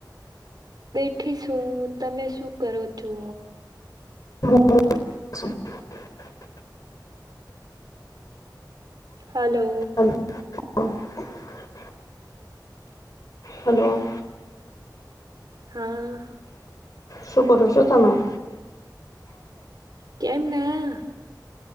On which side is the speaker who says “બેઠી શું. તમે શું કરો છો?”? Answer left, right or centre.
Right